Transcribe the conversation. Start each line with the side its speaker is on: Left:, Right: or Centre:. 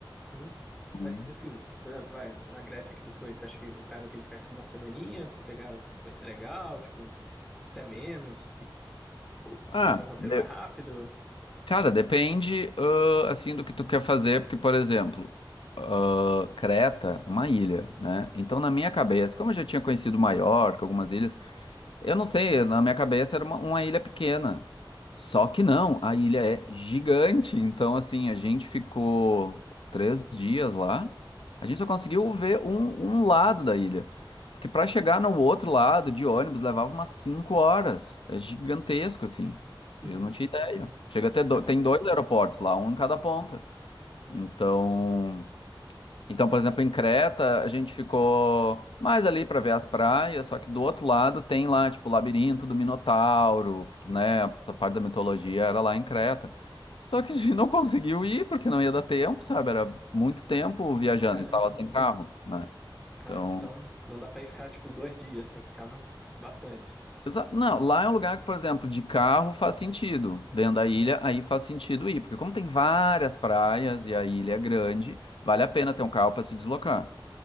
Centre: Uhum.
Left: Hum.
Centre: Mas assim, por exemplo, vai, na Grécia que tu foi, você acha que o cara tem que ficar tipo uma semaninha pra pegar coisa legal, tipo, até menos? Que, ou,
Left: Ah,
Centre: tipo assim, é um roteiro
Left: de-
Centre: mais rápido?
Left: cara, depende, ãh, assim, do que tu quer fazer, porque, por exemplo, ãh, Creta é uma ilha, né? Então, na minha cabeça, como eu já tinha conhecido Maiorca, algumas ilhas Eu não sei, na minha cabeça era uma, uma ilha pequena. Só que não, a ilha é gigante. Então, assim, a gente ficou três dias lá. A gente só conseguiu ver um, um lado da ilha. Porque para chegar no outro lado de ônibus levava umas cinco horas. É gigantesco, assim.
Centre: Uhum.
Left: Eu não tinha ideia. Chega a ter do...
Centre: Caramba,
Left: Tem dois aeroportos lá, um em cada ponta. Então. Então, por exemplo, em Creta, a gente ficou mais ali para ver as praias, só que do outro lado tem lá, tipo, o labirinto do Minotauro, porque, né, essa parte da mitologia era lá em Creta. Só que a gente não conseguiu ir porque não ia dar tempo, sabe? Era muito tempo
Centre: Uhum,
Left: viajando,
Centre: caramba.
Left: a gente tava sem carro, né?
Centre: Aham.
Left: Então,
Centre: Então, não dá pra ir ficar, tipo, dois dias, tem que ficar ma- bastante.
Left: exa- não, lá é um lugar que, por exemplo, de carro faz sentido. Dentro da ilha, aí faz sentido ir, porque como tem várias praias e a ilha é grande, vale a pena ter um carro para se deslocar.